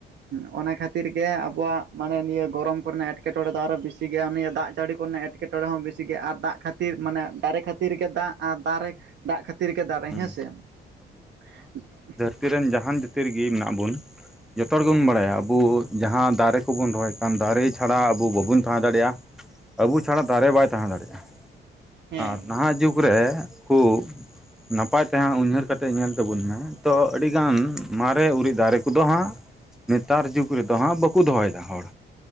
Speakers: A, on the right; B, in the centre.
A: ᱦᱩᱸ ᱚᱱᱟ ᱠᱷᱟᱹᱛᱤᱨ ᱜᱮ ᱟᱵᱚᱣᱟᱜ ᱢᱟᱱᱮ ᱱᱤᱭᱟᱹ ᱜᱚᱨᱚᱢ ᱠᱚᱨᱮᱱᱟᱜ ᱮᱴᱠᱮᱼᱴᱚᱬᱮ ᱫᱚ ᱟᱨᱦᱚᱸ ᱵᱤᱥᱤ ᱜᱮᱭᱟ ᱩᱱᱤᱭᱟᱹ ᱫᱟᱜ ᱡᱟᱹᱲᱤ ᱠᱚᱨᱮᱱᱟᱜ ᱮᱴᱠᱮ ᱠᱮ ᱴᱚᱬᱮ ᱦᱚᱸ ᱵᱮᱥᱤ ᱜᱮ ᱟᱨ ᱫᱟᱜ ᱠᱷᱟᱹᱛᱤᱨ ᱢᱟᱱᱮ ᱫᱟᱨᱮ ᱠᱷᱟᱹᱛᱤᱨ ᱜᱮ ᱫᱟᱜ ᱟᱨ ᱫᱟᱨᱮ ᱫᱟᱜ ᱠᱷᱟᱹᱛᱤᱨ ᱜᱮ ᱫᱟᱨᱮ
B: ᱦᱮᱸ
A: ᱦᱮᱸᱥᱮ, <unintelligible>
B: ᱛᱤ ᱨᱮᱱ ᱡᱟᱦᱟᱸᱱ ᱡᱟᱹᱛᱤ ᱨᱮᱜᱮ ᱢᱮᱱᱟᱜ ᱵᱳᱱ ᱡᱚᱛᱚ ᱦᱚᱲ ᱜᱮ ᱵᱩᱱ ᱵᱟᱰᱟᱭᱟ ᱟᱵᱩ ᱡᱟᱦᱟᱸ ᱫᱟᱨᱮ ᱠᱚᱵᱩᱱ ᱨᱚᱦᱚᱭ ᱟᱠᱟᱜᱼᱟ, ᱚᱱᱟ ᱫᱟᱨᱮ ᱪᱷᱟᱲᱟ ᱟᱵᱩ ᱵᱟᱵᱩᱱ ᱛᱟᱦᱮᱸ ᱫᱟᱲᱮᱭᱟᱜᱼᱟ, ᱟᱵᱩ ᱪᱷᱟᱲᱟ ᱫᱟᱨᱮ ᱵᱟᱭ ᱛᱟᱦᱮᱸ ᱫᱟᱲᱮᱭᱟᱜᱼᱟ
A: ᱦᱮᱸ
B: ᱟᱨ ᱱᱟᱦᱟᱸᱜ ᱡᱩᱜᱽ ᱨᱮ ᱩᱸᱠᱩ ᱱᱟᱯᱟᱭ ᱛᱮᱦᱟᱸᱜ ᱩᱧᱦᱟᱹᱨ ᱠᱟᱛᱮᱜ ᱧᱮᱞ ᱛᱟᱵᱩᱱ ᱢᱮ, ᱛᱚ ᱟᱹᱰᱤᱜᱟᱱ ᱢᱟᱨᱮ ᱩᱨᱤᱡᱽ ᱫᱟᱨᱮ ᱠᱚᱫᱚ ᱦᱟᱸᱜ ᱱᱮᱛᱟᱨ ᱡᱩᱜᱽ ᱨᱮᱫᱚ ᱦᱟᱸᱜ ᱵᱟᱹᱠᱩ ᱫᱚᱦᱚᱭᱮᱫᱟ ᱦᱚᱲ,